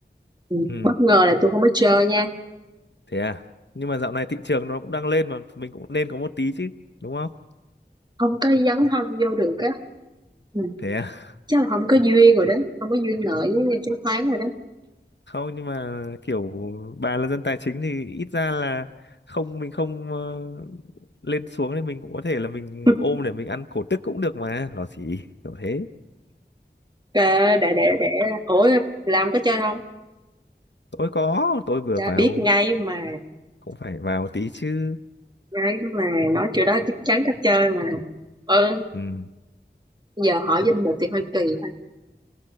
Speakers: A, on the right; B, on the left.
A: ừ.
B: Ừ.
A: bất ngờ là tôi không có chơi nha
B: Thế à? Nhưng mà dạo này thị trường nó cũng đang lên mà mình cũng nên có một tí chứ, đúng không?
A: không có dấn thân vô được á ừ.
B: Thế à?
A: chắc là không có duyên rồi đó không có duyên nợ với chứng khoán rồi đó
B: không nhưng mà kiểu bà là dân tài chính thì ít ra là không mình không ờ, lên xuống thì mình cũng có thể là mình
A: <laughs>
B: ôm để mình ăn cổ tức cũng được mà nó gì kiểu thế
A: Ờ, để để để ủa làm có chơi không
B: tôi có tôi vừa
A: dạ,
B: vào
A: biết ngay mà
B: cũng phải vào tí chứ
A: ngay mà nói chuyện đó chắc chắn có chơi mà ờ
B: ừ,
A: giờ hỏi danh mục thì hơi kỳ ha